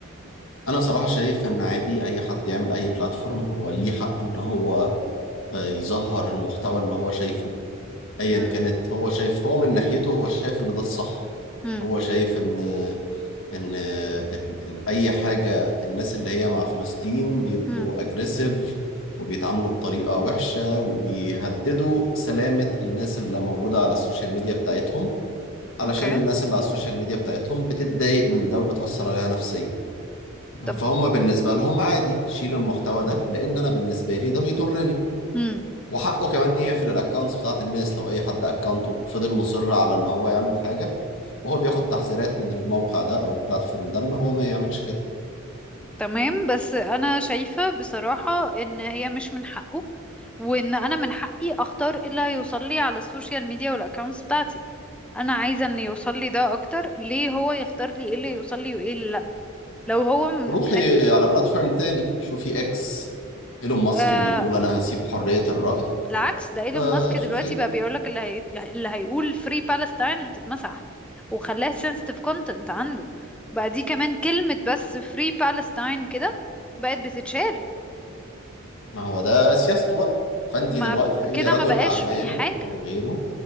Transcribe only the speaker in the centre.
مم.
مم.
مم.
اوكي
طب
مم.
تمام بس انا شايفة بصراحة ان هي مش من حقه وان انا من حقي اختار ايه اللي هيوصل لي على السوشيال ميديا والاكونتس بتاعتي انا عايزة ان يوصل لي ده اكتر ليه هو يختار لي ايه اللي يوصل لي وايه اللي لا لو هو من-
خايف
بالعكس ده ايلون
ماسك دلوقتي بقى بيقولك اللي هي... اللي هيقول فري بالستاين هتتمسح وخلاها sensitive content عنده بقى دي كمان كلمة بس فري بالستاين كده بقت بتتشال
ما
كده
ما بقاش
في حاجة